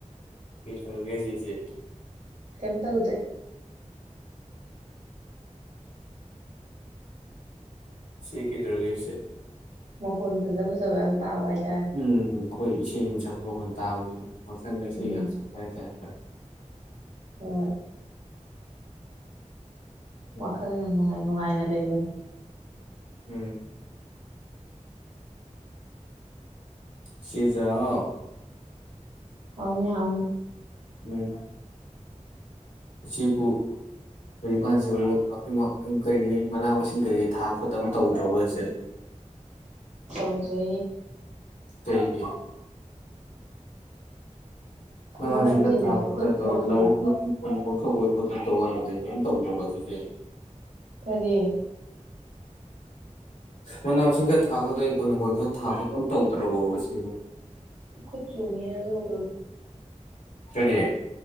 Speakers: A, on the left; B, on the right.
A: ꯀꯩ ꯇꯧꯅꯞꯒꯦ ꯍꯥꯏꯁꯦ ꯏꯆꯦ
B: ꯀꯦꯝꯇꯧꯗꯦ
A: ꯆꯦ ꯀꯩꯗꯧꯔꯒꯦ ꯍꯥꯏꯁꯦ?
B: ꯃꯈꯣꯟ ꯐꯖꯥ ꯐꯖꯕ ꯌꯥꯝ ꯇꯥꯕ ꯍꯥꯏꯠ
A: ꯎꯝ ꯈꯣꯏ ꯏꯁꯩ ꯑꯃ ꯁꯛꯄ ꯃꯈꯣꯟ ꯇꯥꯕꯅꯦ ꯗꯨꯝ ꯋꯥꯈꯟꯗ ꯏꯁꯩꯒ
B: ꯎꯝ
A: ꯌꯥꯝ ꯁꯛꯄ ꯍꯥꯏꯇꯥꯔꯦ <unintelligible>
B: ꯍꯣꯏ
A: ꯎꯝ
B: ꯋꯥꯈꯜ ꯌꯥꯝ ꯅꯨꯡꯉꯥꯏ ꯅꯨꯡꯉꯥꯏꯅ ꯂꯩꯕꯗꯣ
A: ꯎꯝ ꯏꯆꯦꯖꯥꯎ
B: ꯍꯥꯎꯅꯦ ꯍꯥꯎꯅꯦ
A: ꯎꯝ ꯏꯆꯦꯄꯨ ꯍꯧꯖꯤꯛꯀꯥꯟꯁꯤꯕꯨ ꯑꯥ ꯏꯃꯥ ꯎꯝ ꯀꯔꯤ ꯀꯔꯤ ꯃꯅꯥ ꯃꯁꯤꯡ ꯀꯔꯤ ꯊꯥꯛ ꯈꯣꯠꯇꯝ ꯇꯧꯗ꯭ꯔꯕꯣ ꯍꯥꯏꯁꯦ?
B: ꯇꯧꯗ꯭ꯔꯦ꯫
A: ꯀꯩꯒꯤ
B: ꯊꯕꯛ
A: ꯃꯁꯤ
B: ꯌꯥꯝ ꯆꯤꯜꯂꯦ
A: ꯍꯥꯀꯣꯏ
B: ꯈꯨꯠ
A: <unintelligible>
B: ꯃꯣꯠꯅꯤ
A: ꯇꯣ ꯣ <unintelligible> ꯏꯈꯛ ꯑꯣꯏꯣꯏ ꯈꯣꯠꯇꯛꯇꯧꯕꯗ ꯀꯩꯅꯣꯌꯥꯝ ꯇꯧꯗ꯭ꯔꯕ ꯁꯤꯁꯦ
B: ꯀꯔꯤ
A: ꯃꯅꯥ ꯃꯁꯤꯡ ꯈꯔ ꯊꯥ ꯈꯠꯇꯅ ꯏꯀꯣꯟ ꯅꯣꯡꯀꯣꯜ ꯈꯔ ꯊꯥ ꯈꯠꯇꯅ ꯇꯧꯗ꯭ꯔꯕꯣ ꯢꯆꯦꯕꯣ
B: ꯈꯨꯠ ꯆꯨꯅꯤꯅ ꯇꯧꯗꯕ
A: ꯀꯔꯤ